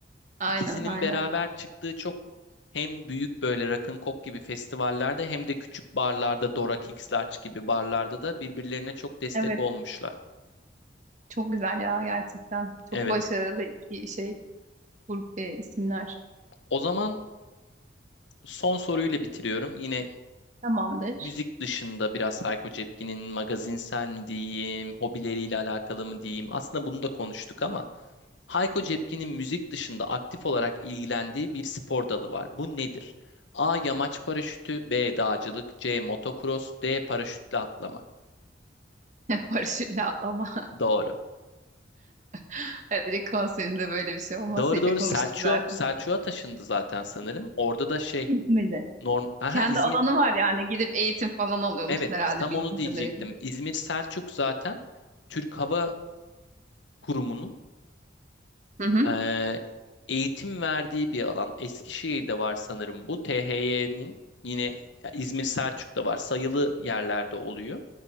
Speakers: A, on the right (about 40°); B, on the left (about 85°).
A: aynen
B: İkisinin
A: aynen.
B: beraber çıktığı çok hem büyük böyle rock'n'coke gibi festivallerde hem de küçük barlarda Dora Kicks Larch gibi barlarda da birbirlerine çok destek
A: Evet,
B: olmuşlar.
A: çok güzel ya gerçekten. Çok
B: Evet.
A: başarılı iki şey grup ve isimler.
B: O zaman son soruyla bitiriyorum. Yine
A: Tamamdır.
B: Müzik dışında biraz Hayko Cepkin'in magazinsel mi diyeyim, hobileriyle alakalı mı diyeyim. Aslında bunu da konuştuk ama Hayko Cepkin'in müzik dışında aktif olarak ilgilendiği bir spor dalı var. Bu nedir? A. Yamaç paraşütü, B. Dağcılık, C. Motocross, D. Paraşütle atlama.
A: <laughs> Paraşütle atlama.
B: Doğru.
A: <laughs> Direkt konserinde böyle bir şey olmasıyla
B: Doğru doğru
A: konuştuk
B: Selçuk'a
A: zaten.
B: Selçuk'a taşındı zaten sanırım. Orada da şey
A: İzmir'de.
B: norm aha
A: Kendi
B: İzmir
A: alanı var yani. Gidip eğitim falan alıyormuşsun
B: evet
A: herhalde
B: tam
A: bildiğim
B: onu diyecektim.
A: kadarıyla.
B: İzmir Selçuk zaten Türk Hava Kurumu'nun
A: Hı hı.
B: Ee, eğitim verdiği bir alan. Eskişehir'de var sanırım bu. THY'nin yine ya, İzmir Selçuk'ta var. Sayılı yerlerde oluyor.